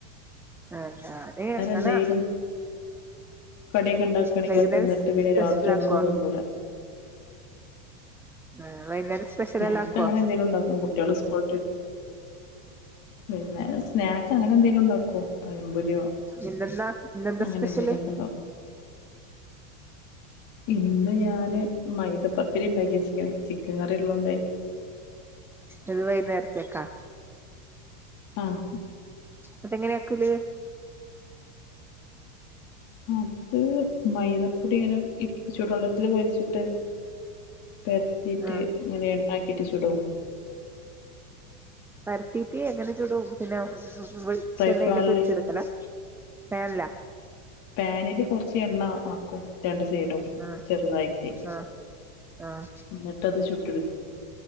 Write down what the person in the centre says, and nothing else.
അഹ് അത് അങ്ങനെ
<unintelligible>
സ്പെഷ്യൽ
ആക്കോ
ആ വൈകുന്നേരം സ്പെഷ്യൽ
എല്ലാം ആക്കുവോ
ഇന്നെന്താ ഇന്നെന്താ
സ്പെഷ്യല്
ഇത് വൈകുന്നേരത്തേക്കാ
അതെങ്ങനെയ ആക്കല്
ആഹ്
പരത്തീറ്റ് അങ്ങനെ ചുടും പിന്നെ വെ ച്ചെണ്ണയില്
പൊര്ച്ചെടുക്കലാ വേൻല?
ആഹ്
ആഹ് ആഹ്